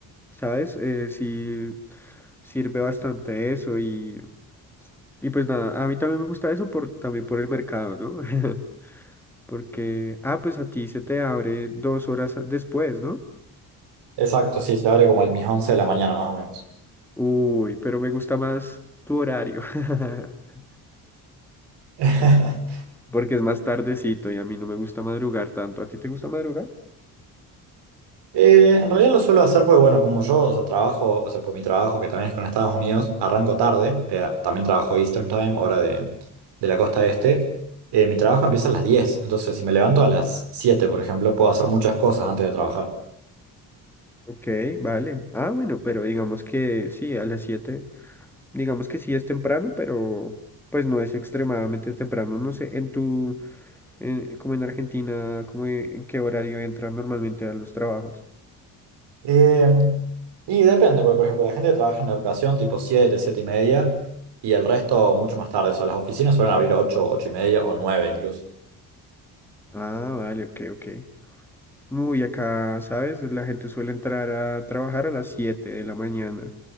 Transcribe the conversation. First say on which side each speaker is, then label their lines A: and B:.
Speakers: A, in the centre; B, on the right.
A: ¿sabes? Eh, sí sirve bastante eso y, y pues nada, a mí también me gusta eso por, también por el mercado, ¿no? <laughs> Porque, ah, pues a ti se te abre dos horas a- después, ¿no?
B: Exacto, sí, se abre como a mis 11 de la mañana más o menos.
A: Uy, pero me gusta más tu horario, <laughs>
B: <laughs>
A: porque es más tardecito y a mí no me gusta madrugar tanto. ¿A ti te gusta madrugar?
B: Eh, en realidad lo suelo hacer porque, bueno, como yo, o sea, trabajo, o sea, por mi trabajo, que también es con Estados Unidos, arranco tarde, eh, también trabajo Eastern Time, hora de, de la costa este, eh, mi trabajo empieza a las diez entonces si me levanto a las siete por ejemplo, puedo hacer muchas cosas antes de trabajar.
A: Ok, vale. Ah, bueno, pero digamos que sí, a las 7 digamos que sí es temprano, pero pues no es extremadamente temprano. No sé, en tu, en- como en Argentina, como en, en qué horario entran normalmente a los trabajos.
B: Eh, y depende, porque, por ejemplo, la gente que trabaja en educación, tipo siete siete y media, y el resto mucho más tarde, o sea, las oficinas suelen abrir ocho ocho y media o 9 incluso.
A: Ah, vale, ok, ok. Uy, acá, ¿sabes? La gente suele entrar a trabajar a las 7 de la mañana.